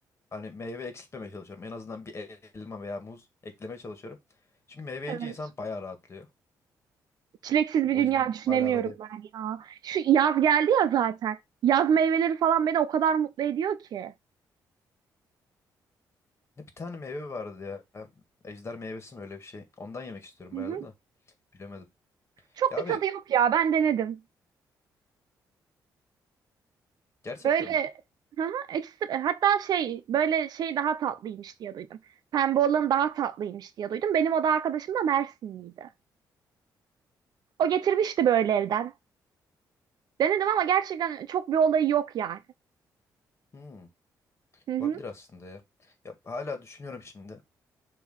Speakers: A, on the left; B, on the right.
A: hani meyve eksiltmemeye çalışıyorum. En azından bir elma veya muz eklemeye çalışıyorum. Çünkü meyve yiyince
B: Evet.
A: insan bayağı rahatlıyor.
B: Çileksiz
A: O
B: bir dünya
A: yüzden
B: düşünemiyorum
A: hala aradayım.
B: ben ya. Şu yaz geldi ya zaten. Yaz meyveleri falan beni o kadar mutlu ediyor ki.
A: Ne bir tane meyve vardı ya. Ejder meyvesi mi öyle bir şey. Ondan yemek istiyorum
B: Hı
A: bayağıdır
B: hı.
A: da. Bilemedim.
B: Çok
A: Ya
B: bir
A: abi
B: tadı yok ya. Ben denedim.
A: gerçekten
B: Böyle
A: mi?
B: hı hı, ekstra hatta şey böyle şey daha tatlıymış diye duydum. Pembe olan daha tatlıymış diye duydum. Benim oda arkadaşım da Mersinliydi. O getirmişti böyle evden. Denedim ama gerçekten çok bir olayı yok yani.
A: Hmm,
B: Hı hı.
A: olabilir aslında ya. Ya hala düşünüyorum şimdi.